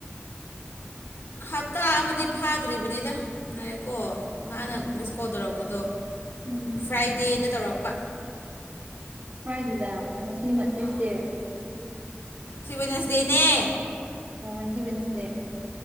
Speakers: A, on the left; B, on the right.
A: ꯍꯞꯇꯥ ꯑꯃꯗꯤ ꯐꯥꯗ꯭ꯔꯤꯕꯅꯤꯗꯥ ꯉꯥꯏꯌꯨꯀꯣ ꯃꯥꯅ
B: ꯎꯝ
A: ꯃꯤꯁ ꯀꯣꯜ ꯇꯧꯔꯛꯄꯗꯣ
B: ꯎꯝ
A: ꯐ꯭ꯔꯥꯏꯗꯦꯗꯥ ꯇꯧꯔꯛꯄ
B: ꯐ꯭ꯔꯥꯏꯗꯦꯗꯥ ꯉꯁꯤ ꯃꯟ ꯇ꯭ꯌꯨꯁꯗꯦ
A: ꯑꯥ ꯁꯤ ꯋꯦꯠꯅꯦꯁ ꯗꯦꯅꯦ
B: ꯑꯣ ꯋꯦꯅꯁꯗꯦ ꯋꯦꯅꯁꯗꯦ